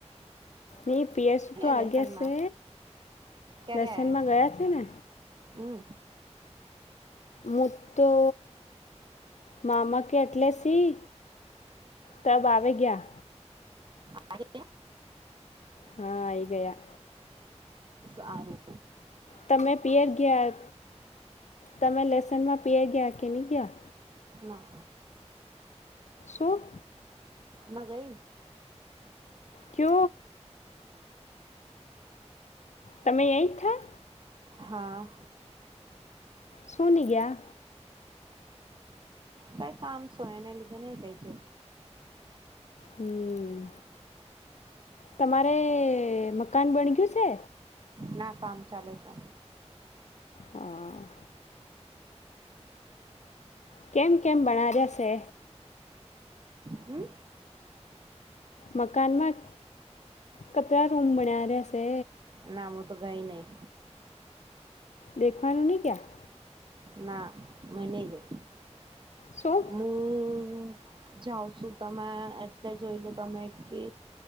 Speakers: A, on the left (about 80°); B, on the right (about 40°).
A: એને પયરસું તો આગે
B: લેસનમાં
A: છે
B: ક્યારે
A: લસનમાં
B: આયા
A: ગયા છે ને
B: હમ
A: મુદુ મા અમ કે એટલેસી તબ આવે ગયા
B: આરે
A: હા આવીઈ ગયા
B: સારું
A: તમે પયર ગયા તમે લસનમાં પિયર ગયા કે નહી ગયા
B: ના
A: સુૂ
B: ના ગઈ
A: કુ તમે એય થા
B: હા
A: શુંન ગયા
B: કઈ કામ સોયને લીધે નહી કઈ છે
A: હમ, તમારે મકાન બણગયું છે
B: ના કામ ચાલે છે
A: હા કેમ કેમ બના જ્યાશે
B: હમ
A: મકાનમાં કચરા ર ઉમનાશે
B: નામું તો ગઈ નહી.
A: દેખાયુ નહી ક્યા
B: ના મને ગઈ
A: શું
B: હું જાવ છું તમે એટલે જોઈ લો તમે કે